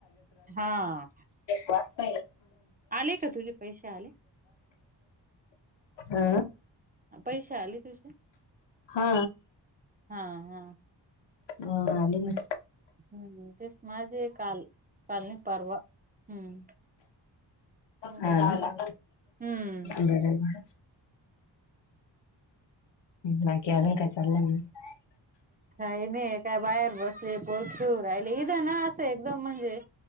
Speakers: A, on the right; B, on the left.
A: हा
B: वाता <unintelligible>
A: आले का तुझे पैसे आले
B: आ
A: पैसे आले तुझे?
B: हा
A: हा हा
B: अ आले ना
A: हम्म तेच माझे काल कालनी पर्व हम्म परवा
B: हा
A: आले.
B: ना
A: हम्म
B: बरं झाले. हम् ह केवून काय चाल ना <unintelligible>
A: काही नाही काय बाहेर बसले पोर खेळू राहिले इथं ना असं एकदम म्हणजे